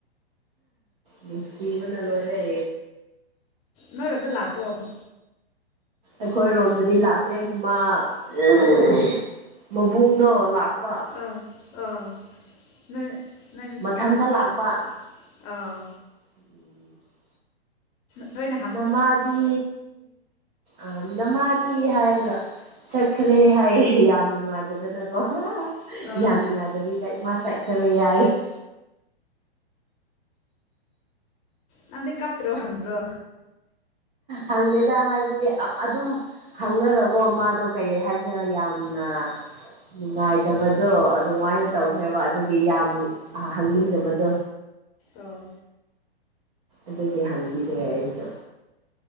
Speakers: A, on the right (about 45°); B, on the left (about 25°).
A: ꯅꯨꯡꯁꯤꯕꯅ ꯂꯣꯏꯔꯦ
B: ꯅꯣꯏꯔꯣꯝꯗ ꯂꯥꯛꯄ꯭ꯔꯣꯕ
A: ꯑꯩꯈꯣꯏꯔꯣꯝꯗꯗꯤ ꯂꯥꯛꯇꯦ ꯃꯥ <unintelligible> ꯃꯕꯨꯡꯗꯣ ꯂꯥꯛꯄ
B: ꯑꯥ ꯑꯥ ꯅꯣꯏ ꯅꯣꯏ
A: ꯃꯊꯟꯇ
B: ꯅꯅꯥꯎꯅꯨ ꯄꯥꯕꯨ
A: ꯂꯥꯛꯄ
B: ꯑꯥ
A: <unintelligible>
B: ꯂꯣꯏꯅ
A: ꯅꯃꯥꯗꯤ ꯑꯥ ꯅꯃꯥꯗꯤ ꯍꯥꯏꯔꯒ ꯆꯠꯈ꯭ꯔꯦ ꯍꯥꯏꯌꯦ ꯌꯥꯝ ꯅꯨꯡꯉꯥꯏꯇꯗꯅꯀꯣ
B: ꯑꯥ
A: ꯌꯥꯝ ꯅꯨꯡꯉꯥꯏꯇꯕꯤꯗꯥ ꯏꯃꯥ ꯆꯠꯈ꯭ꯔꯦ ꯍꯥꯏꯌꯦ <inaudible>
B: ꯅꯪꯗꯤ ꯀꯞꯇ꯭ꯔꯣ ꯍꯪꯗ꯭ꯔꯣ
A: ꯍꯪꯉꯦꯗ ꯍꯥꯏꯕꯗꯤ ꯑ ꯑꯗꯨꯝ ꯍꯪꯉꯒꯀꯣ ꯃꯥꯗꯣ ꯀꯩ ꯍꯥꯏꯁꯤꯔꯥ ꯌꯥꯝꯅ ꯅꯨꯡꯉꯥꯏꯇꯕꯗꯣ ꯑꯗ ꯗꯨꯃꯥꯏꯅ ꯇꯧꯈ꯭ꯔꯦꯕ
B: ꯑꯧ
A: ꯑꯗꯨꯒꯤ ꯌꯥꯝ ꯍ ꯍꯪꯅꯤꯡꯗꯕꯗꯣ
B: ꯑꯥ
A: ꯑꯗꯨꯒꯤ ꯍꯪꯕꯤꯗ꯭ꯔꯦ ꯑꯩꯁꯨ